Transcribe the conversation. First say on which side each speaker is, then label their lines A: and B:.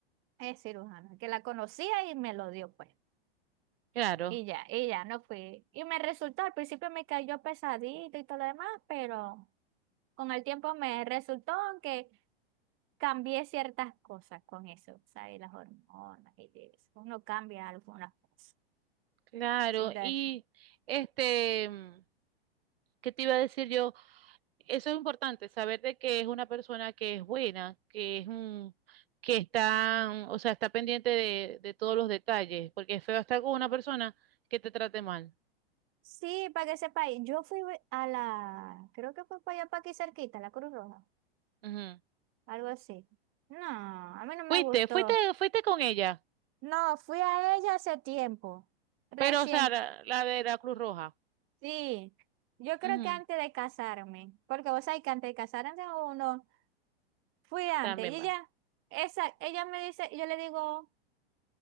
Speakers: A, on the right; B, on the right.
A: Es cirujano, que la conocía y me lo dio, pues.
B: Claro.
A: Y ya, y ya no fui. Y me resultó, al principio me cayó pesadito y todo lo demás, pero con el tiempo me resultó que cambié ciertas cosas con eso, ¿sabes? Las hormonas y eso. Uno cambia algunas cosas.
B: Claro,
A: Sí, entonces,
B: y este, mm, ¿qué te iba a decir yo? Eso es importante, saber de que es una persona que es buena, que es un, que está, mm, o sea, está pendiente de, de todos los detalles, porque es feo estar con una persona que te trate mal.
A: sí, para que sepa, y yo fui a la, creo que fue para allá, para aquí cerquita, la Cruz Roja,
B: Ujú.
A: algo así. No, a mí no me
B: Fuiste,
A: gustó.
B: fuiste, fuiste con ella,
A: No, fui a ella hace tiempo, recién
B: pero, o sea, la, la de la Cruz Roja.
A: Sí, yo creo
B: Ujú.
A: que antes de casarme, porque vos sabés que antes de casarme uno, fui antes,
B: También
A: y ella,
B: va.
A: esa, ella me dice, yo le digo